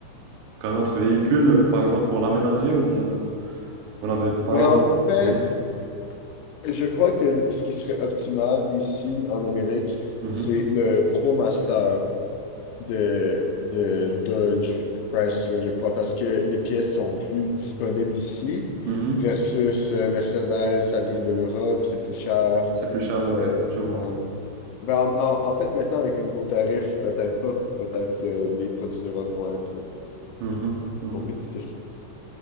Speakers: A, on the right; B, on the left.
A: qu'un autre véhicule, euh, par exemple, pour l'aménager ou bien vous n'avez pas...
B: Ben, en fait,
A: Oui.
B: je crois que ce qui serait optimal ici en Amérique,
A: Mhm,
B: c'est le ProMaster. de, de Dodge Chrysler, je crois, parce que les pièces sont plus disponibles ici,
A: mhm.
B: versus euh, Mercedes, ça vient de l'Europe, c'est plus cher.
A: C'est plus cher, ouais,
B: Euh,
A: je
B: faut
A: vois.
B: quand même... Ben, en, en- en fait, maintenant, avec les nouveaux tarifs, peut-être pas. Peut-être que les produits d'Europe vont être au-
A: Mhm,
B: plus
A: mhm.
B: compétitifs.